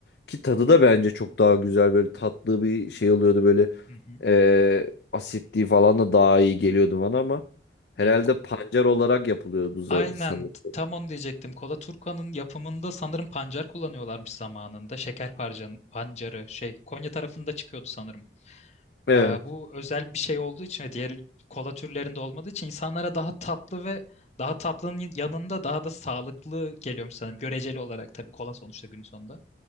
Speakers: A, on the left; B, on the left.
A: Ki tadı da bence çok daha güzel böyle tatlı bir şey oluyordu böyle.
B: Hı hı.
A: Ee, asitliği falan da daha iyi geliyordu bana ama herhalde
B: Ya ko-
A: pancar olarak yapılıyordu za-
B: Aynen
A: sanırım.
B: t- tam onu diyecektim. Kola Turkan'ın yapımında sanırım pancar kullanıyorlarmış zamanında. Şeker parcan, pancarı şey Konya tarafında çıkıyordu sanırım.
A: Evet.
B: Ee, bu özel bir şey olduğu için ve diğer kola türlerinde olmadığı için insanlara daha tatlı ve daha tatlının yanında daha da sağlıklı geliyormuş sanırım. Göreceli olarak tabii kola sonuçta günün sonunda.